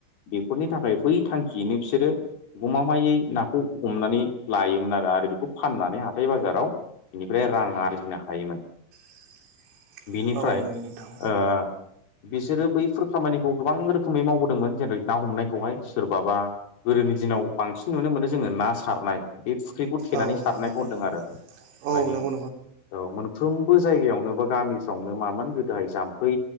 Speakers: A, on the left; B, on the right.
A: बेफोरनि थाखाय बै थांखि जनि बिसोरो गमामायै नाखौ हमनानै लायोमोन आरो आरो बेखौ फाननानै हाथाय बाजाराव बेनिफ्राय रां आरजिनो हायोमोन।
B: <inaudible>
A: बिनिफ्राय
B: नंगौ नोंथां
A: ओ बिसोरो बैफोर खामानिखौ गोबां रोखोमै मावबोदोंमोन जेरै ना हमनायखौहाय सोर माबा गोदोनि दिनाव बांसिन नुनो मोनो जोङो ना सारनाय बे फुख्रिखौ थेनानै
B: औ
A: सारनायखौ
B: नंगौ नोंथां
A: होनदों आरो। औ।
B: औ नंगौ‌।
A: औ मोनफ्रोमबो जायगायावनो बा गामिफ्रावनो मामोन गोदोहाय जाम्फै